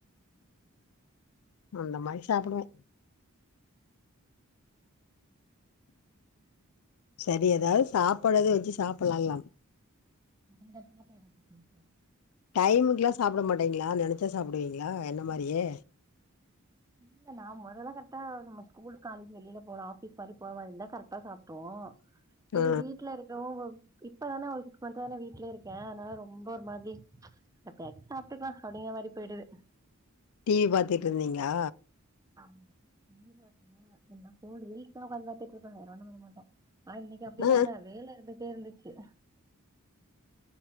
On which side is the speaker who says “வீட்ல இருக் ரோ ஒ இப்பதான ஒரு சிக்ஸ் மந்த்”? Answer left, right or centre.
Right